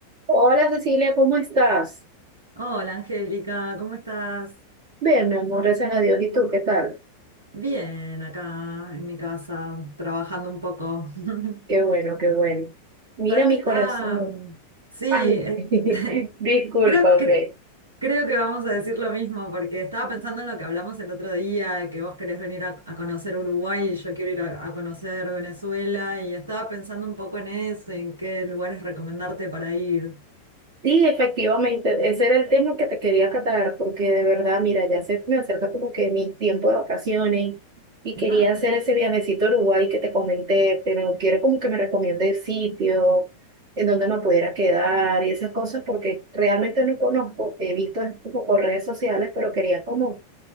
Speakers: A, on the right; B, on the right.
A: Hola Cecilia, ¿cómo estás?
B: Hola Angélica, ¿cómo estás?
A: Bien, mi amor, gracias a Dios. ¿Y tú qué tal?
B: Bien, acá en mi casa, trabajando un poco. <laughs>
A: Qué bueno, qué bueno. Mira
B: ¿Sabes
A: mi
B: qué está?
A: corazón.
B: mm, Sí, eh,
A: Ay, <laughs>
B: <laughs>
A: discúlpame.
B: creo, cre- creo que vamos a decir lo mismo, porque estaba pensando en lo que hablamos el otro día, que vos querés venir a, a conocer Uruguay y yo quiero ir a, a conocer Venezuela, y estaba pensando un poco en eso, en qué lugares recomendarte para ir.
A: Sí, efectivamente, ese era el tema que te quería catar, porque de verdad, mira, ya se me acerca como que mi tiempo de vacaciones y quería
B: Ajá,
A: hacer ese viajecito a Uruguay que te comenté, pero quiero como que me recomiende sitio, en donde me pudiera quedar y esas cosas, porque realmente no conozco. He visto como por redes sociales, pero quería como